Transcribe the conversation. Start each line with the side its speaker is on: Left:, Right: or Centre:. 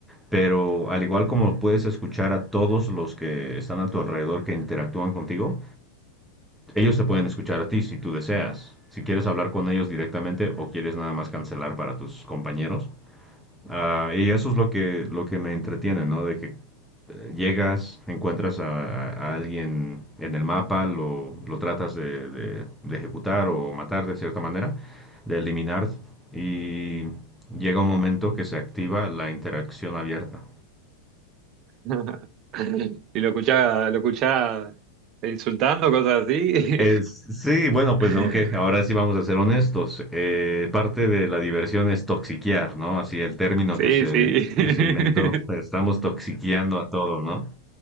Centre: Pero al igual como puedes escuchar a todos los que están a tu alrededor que interactúan contigo, ellos te pueden escuchar a ti si tú deseas. Si quieres hablar con ellos directamente o quieres nada más cancelar para tus compañeros, Ah, y eso es lo que, lo que me entretiene, ¿no? De que eh, llegas, encuentras a, a alguien en el mapa, lo, lo tratas de, de- de ejecutar o matar de cierta manera, de eliminar, y llega un momento que se activa la interacción abierta.
Right: <laughs> Y lo escuchás, lo escuchás insultando, cosas así.
Centre: Es- sí, bueno, pues
Right: <laughs>
Centre: ok, ahora sí vamos a ser honestos. Eh, parte de la diversión es toxiquear, ¿no? Así el término
Right: Sí,
Centre: que se,
Right: sí. <laughs>
Centre: que se inventó. Estamos toxiqueando a todo, ¿no?